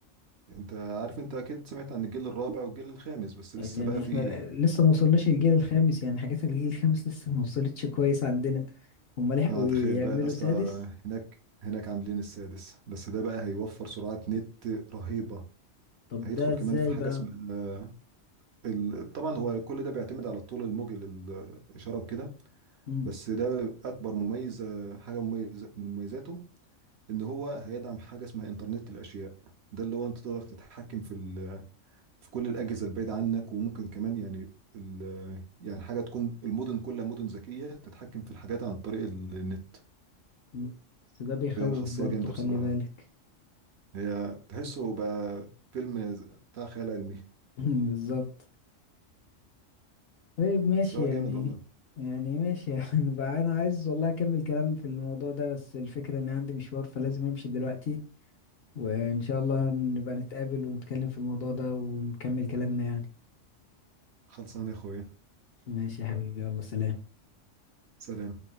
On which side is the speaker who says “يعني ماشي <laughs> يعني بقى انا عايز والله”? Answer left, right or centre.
Left